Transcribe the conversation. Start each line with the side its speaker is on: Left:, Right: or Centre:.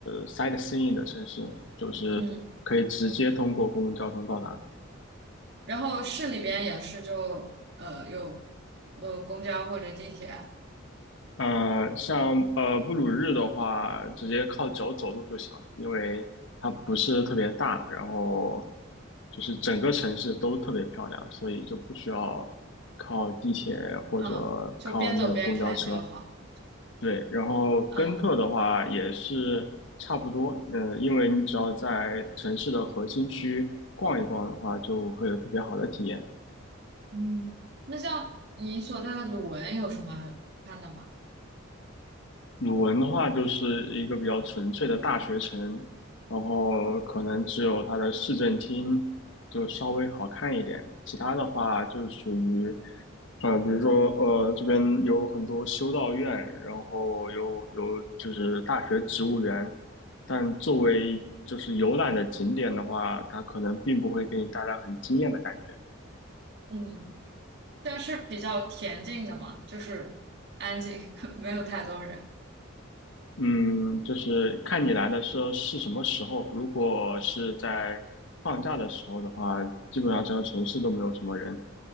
Left: sightseeing 的城市，就是可以直接通过公共交通到达。
Right: 嗯。然后市里边也是就呃有呃公交或者地铁，
Left: 呃，像呃布鲁日的话，直接靠脚走路就行了，因为它不是特别大，然后就是整个城市都特别漂亮，所以就不需要靠地铁或者靠那个公交车。
Right: 嗯，就边走边看就好。
Left: 对，然后根特的话也是差不多，
Right: 嗯
Left: 呃，因为你只要在城市的核心区逛一逛的话，就会有特别好的体验。
Right: 嗯。那像你所在的鲁文有什么看的吗？
Left: 鲁文的话，就是一个比较纯粹的大学城，然后可能只有它的市政厅就稍微好看一点，其他的话就是属于，呃，比如说呃，这边有很多修道院，然后有有就是大学植物园，但作为就是游览的景点的话，它可能并不会给你带来很惊艳的感觉。
Right: 嗯，但是比较恬静的嘛，就是安静，<laughs> 没有太多人。
Left: 嗯，就是看你来的时候是什么时候。如果是在放假的时候的话，基本上整个城市都没有什么人。